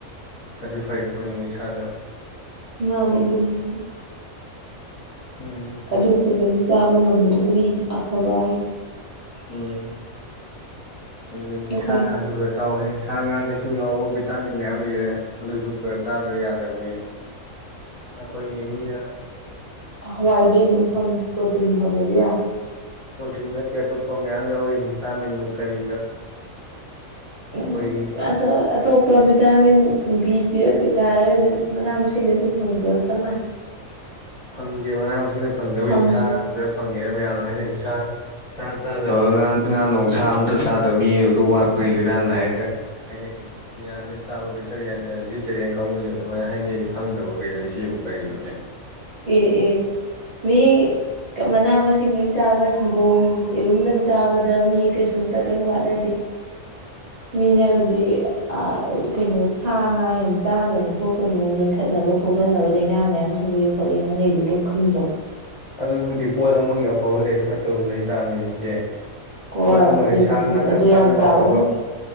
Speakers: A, on the left; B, on the right.
A: ꯐꯗꯤ ꯐꯩ ꯄꯣꯠꯅꯤ ꯑꯥꯗꯥ
B: ꯃꯥꯅꯤ ꯑꯗꯨꯅꯤ
A: ꯎꯝ
B: ꯑꯗꯨ ꯐꯖꯅ ꯆꯥꯕ ꯉꯝꯕꯗꯨꯕꯨꯗꯤ ꯑꯐꯕ ꯍꯥꯏꯁꯦ
A: ꯎꯝ ꯑꯗꯨꯅꯤ
B: ꯑꯩꯈꯣꯏ
A: ꯁꯥ ꯉꯁꯨ ꯈꯔ ꯆꯥꯎꯋꯦ ꯁꯥ ꯉꯥꯗꯁꯨ ꯌꯥꯎꯕ ꯚꯤꯇꯥꯃꯤꯟ ꯃꯌꯥꯝ ꯂꯩꯈ꯭ꯔꯦ ꯑꯗꯨꯁꯨ ꯈꯔ ꯆꯥꯗꯕ ꯌꯥꯗꯕꯅꯤ ꯑꯩꯈꯣꯏ ꯌꯦꯡꯃꯤꯅ
B: ꯍꯋꯥꯏꯗꯤ ꯑꯗꯨꯝ ꯐꯪꯉꯦ ꯄ꯭ꯔꯣꯇꯤꯟ ꯐꯪꯉꯗꯤ ꯌꯥꯏ
A: ꯄ꯭ꯔꯣꯇꯤꯟ ꯅꯠꯇꯦ ꯑꯇꯣꯞꯄ ꯃꯌꯥꯝ ꯌꯥꯎꯔꯤ ꯚꯤꯇꯥꯃꯤꯟ ꯀꯔꯤ ꯑꯩꯈꯣꯏꯒꯤ
B: ꯎꯝ ꯑꯗ ꯑꯇꯣꯞꯄ ꯚꯤꯇꯥꯃꯤꯟ ꯕꯤ ꯇꯨ ꯀꯩꯀꯥ ꯑꯗꯨ ꯃꯅꯥ ꯃꯁꯤꯡꯁ ꯑꯗꯨꯝ ꯐꯪꯄꯣ ꯆꯞ ꯃꯥꯟꯅꯩ
A: ꯐꯪꯗꯦ ꯃꯅꯥ ꯃꯁꯤꯡꯗ ꯐꯪꯗꯕ
B: ꯐꯪ
A: ꯅꯤꯁꯥ ꯊꯖ ꯐꯪꯉꯦꯅ ꯃꯌꯥꯝꯅ ꯍꯥꯏꯅꯩ ꯁꯥ ꯆꯥꯗꯕ ꯉꯥ ꯉꯥ ꯅꯨꯡꯁꯥ ꯑꯝꯇ ꯆꯥꯗꯕ ꯃꯤ ꯑꯗꯨ ꯋꯥꯠꯄꯒꯤ ꯂꯤꯅꯥ ꯅꯥꯏꯗ ꯍꯥꯏꯅꯩ ꯁꯤ ꯃꯤꯔꯥꯃꯤꯁ ꯆꯥꯕ ꯚꯇꯌꯥꯟ ꯚꯦꯖꯤꯇꯦꯔꯤꯌꯥꯟ ꯀꯥꯡꯕꯨꯁꯦ ꯑꯗꯨꯃꯥꯏꯅ ꯍꯥꯏꯅꯩꯁꯤ ꯈꯪꯗꯕ ꯀꯩꯅꯣꯅꯦ ꯁꯤꯕꯨ ꯀꯔꯤꯅꯣꯅꯦ
B: ꯑꯦ ꯑꯦ ꯃꯤ ꯃꯅꯥ ꯃꯁꯤꯡꯗꯒꯤ ꯆꯥꯕ ꯁꯪꯒꯣꯝ ꯌꯦꯔꯨꯝꯗꯪ ꯆꯥꯕꯗ ꯃꯤ ꯀꯩꯁꯨꯝꯇ ꯀꯔꯤꯝ ꯋꯥꯠꯅꯗꯦ ꯃꯤꯅ ꯍꯧꯖꯤꯛ ꯀꯩꯅꯣ ꯁꯥ ꯉꯥ ꯌꯥꯝ ꯆꯥꯒꯅꯨ ꯈꯣꯠꯀꯅꯨ ꯅꯣꯏꯈꯠꯅꯕ ꯈꯣꯠꯀꯠꯅꯕ ꯂꯩꯥꯏꯅꯥ ꯃꯌꯥꯝ ꯊꯣꯛꯤ ꯉꯥꯡꯅꯩꯔꯤꯁꯦ ꯀꯔꯤꯝ ꯈꯪꯗ꯭ꯔꯣ
A: ꯑꯗꯨꯕꯨꯗꯤ ꯄꯣꯠ ꯑꯃꯒꯤ ꯑꯐꯕ ꯂꯩꯔꯗꯤ ꯐꯠꯇꯕꯁꯨ ꯂꯩ ꯇꯥꯕꯅꯤꯅꯦ ꯏꯆꯦ
B: ꯍꯣꯏ
A: ꯄꯣꯠ ꯑꯃ
B: ꯑꯗꯨꯏꯁꯨ
A: ꯁꯥ
B: ꯑꯗꯨ
A: ꯉꯥꯗ
B: ꯑꯗꯨ
A: ꯀꯥꯟꯅꯕ
B: ꯌꯥꯝ ꯆꯥꯕ
A: ꯑꯐꯕ
B: ꯐꯠꯇꯦ